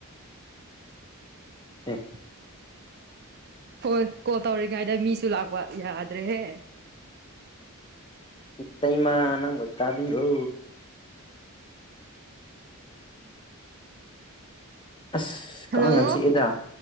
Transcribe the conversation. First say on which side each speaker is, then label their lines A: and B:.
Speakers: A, on the right (about 45°); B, on the left (about 20°).
A: <inaudible>
B: ꯑꯦ
A: ꯍꯣꯏ ꯀꯣꯜ ꯇꯧꯔꯤꯉꯩꯗ ꯃꯤꯁꯨ ꯂꯥꯛꯄ ꯌꯥꯗ꯭ꯔꯦꯍꯦ
B: ꯏꯇꯩꯃꯥ ꯅꯪꯕꯨ ꯇꯥꯕꯤꯔꯣ ꯑꯁ ꯀꯥꯡ
A: ꯍꯜꯂꯣ
B: ꯌꯥꯝ ꯆꯤꯛꯑꯦꯗ